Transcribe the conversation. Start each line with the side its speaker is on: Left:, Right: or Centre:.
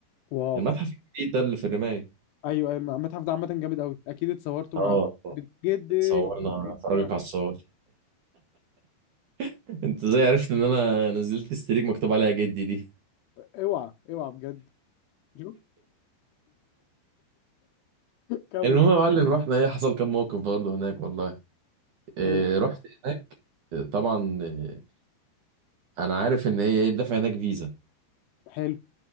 Left: واو
Right: المتحف الجديد ده اللي في الرماية
Left: أيوه أيوه المتحف ده عامة جامد أوي أكيد اتصورتوا
Right: اه
Left: مع جد
Right: اتصورنا فرجك
Left: أيوة.
Right: على الصور <laughs> انت ازاي عرفت ان انا نزلت استريك مكتوب عليها جدي دي
Left: اوعى اوعى بجد شوف كمل
Right: المهم يا معلم رحنا ايه حصل كام موقف برضه هناك والله إيه
Left: حلو
Right: رحت هناك إيه، طبعا إيه انا عارف ان هي ايه الدفع هناك فيزا
Left: حلو